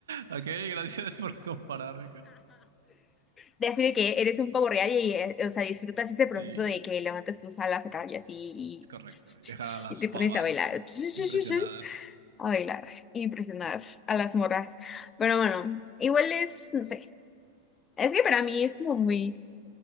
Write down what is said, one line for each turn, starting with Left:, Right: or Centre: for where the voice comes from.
Right: Ok, gracias por compararme con...
Left: de así de que eres un pavo real y eh, o sea, disfrutas ese
Right: Sí,
Left: proceso de que levantas tus alas acá y así y,
Right: es correcto. Y
Left: <laughs>
Right: Dejar a las
Left: y te
Right: pavas
Left: pones a bailar. <laughs>
Right: impresionadas.
Left: A bailar, impresionar a las morras. Pero bueno, igual es, no sé, es que para mí es como muy